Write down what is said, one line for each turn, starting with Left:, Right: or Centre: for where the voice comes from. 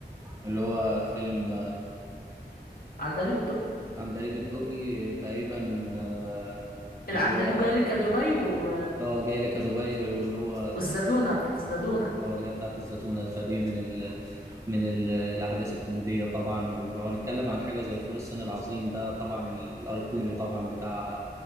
Right: اللي هو فيلم
Left: عن دليل الدقي
Right: عندليب الدقي تقريبا آه،
Left: العندليب
Right: اللي هو
Left: جاي لك يا دبي و...
Right: اه جاي لك يا دبي واللي هو
Left: والزتونة بتاعت الزتونة
Right: اه اللي هي بتاعت الزتونة فدي من ال... من ال... الأحداث الكوميدية طبعا ولو هنتكلم عن حاجة زي فول الصين العظيم ده طبعا الأيقوني طبعا بتاع